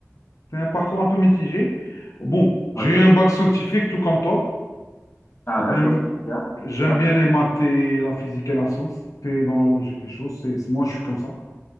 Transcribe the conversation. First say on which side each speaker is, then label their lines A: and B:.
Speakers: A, on the left; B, on the left.
A: c'est un parcours un peu mitigé. Bon, j'ai
B: OK.
A: eu un bac scientifique, tout comme toi.
B: Ah,
A: J'ai
B: d'accord,
A: un
B: c'est super.
A: J'aime
B: super.
A: bien les maths et la physique et la science. C'est dans la logique des choses. C'est, c'est- moi, je suis comme ça.